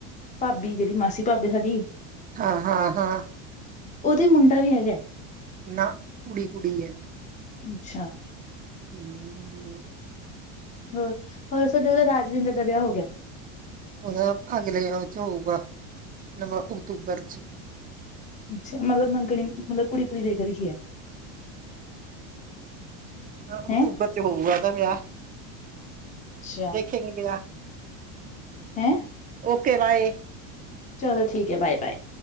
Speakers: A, on the left (about 20°); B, on the right (about 20°).
A: ਭਾਬੀ ਜਿਹੜੀ ਮਾਸੀ ਭਾਬੀ ਸਾਡੀ
B: ਹਾਂ ਹਾਂ ਹਾਂ
A: ਉਹਦੇ ਮੁੰਡਾ ਵੀ ਹੈਗਾ।
B: ਨਾ ਕੁੜੀ -ਕੁੜੀ ਏ।
A: ਅੱਛਾ।
B: ਹੂੰ।
A: ਹੋਰ ਹੋਰ ਸਾਡੇ ਉਹਦਾ ਰਾਜਵਿੰਦਰ ਦਾ ਵਿਆਹ ਹੋ ਗਿਆ
B: ਉਹਣ ਅਗਲੇ ਆ ਚ ਹੋਊਗਾ ਨ ਅਕਤੂਬਰ ਚ
A: ਅੱਛਾ ਮਤਲਬ ਮੰਗਣੀ ਮਤਲਬ ਕੁੜੀ ਕੁੜੀ ਦੇਖ ਰੱਖੀ ਏ
B: ਅਕਤੂਬਰ
A: ਹੈਂ
B: ਚ ਹੋਊਗਾ ਉਹਦਾ ਵਿਆਹ
A: ਅੱਛਾ
B: ਦੇਖੇਗੀ ਵਿਆਹ
A: ਹੈਂ
B: ਓਕੇ ਬਾਏ
A: ਚਲੋ ਠੀਕ ਐ ਬਾਏ ਬਾਏ